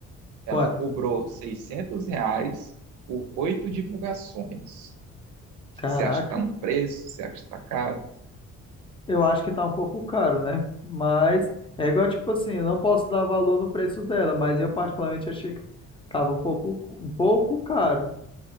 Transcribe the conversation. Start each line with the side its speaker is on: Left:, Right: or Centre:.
Right: Ela
Left: Quanto?
Right: cobrou 600 reais por oito divulgações.
Left: Caraca.
Right: Você acha que tá no preço? Você acha que tá caro?
Left: Eu acho que tá um pouco caro, né? Mas é igual, tipo assim, eu não posso dar valor no preço dela, mas eu particularmente achei que tava um pouco, um pouco caro.